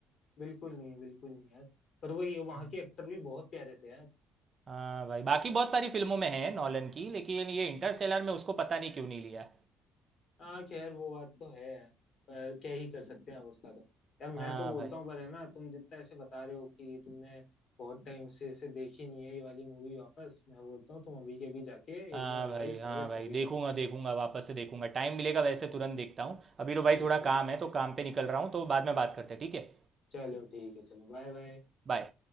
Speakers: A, on the left (about 55°); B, on the right (about 40°).
A: बिल्कुल नहीं बिल्कुल नहीं यार पर वो ये वहाँ
B: हम्म।
A: के एक्टर भी बहुत प्यारे थे यार
B: हाँ भाई बाकी बहुत सारी फिल्मों में है नॉलन की लेकिन ये इंटरस्टेलर में उसको पता नहीं क्यों नहीं लिया
A: हाँ खैर वो बात तो है यार पर क्या ही कर सकते हैं अब उसका तो यार मैं
B: हाँ
A: तो बोलता
B: भाई
A: हूँ पर है ना तुम जितना ऐसे बता रहे हो कि तुमने बहुत टाइम से ऐसे देखी नहीं है ये वाली मूवी वापस मैं बोलता हूँ तुम अभी के अभी जाके
B: हाँ
A: एक बार रिवाइज
B: भाई
A: करो
B: हाँ
A: इस
B: भाई
A: मूवी
B: देखूंगा
A: को
B: देखूंगा वापस से देखूंगा टाइम मिलेगा वैसे तुरंत देखता हूँ अभी तो भाई
A: बिल्कुल
B: थोड़ा काम है तो काम पे निकल रहा हूँ तो बाद में बात करते हैं ठीक है
A: चलो ठीक है चलो बाय बाय
B: बाय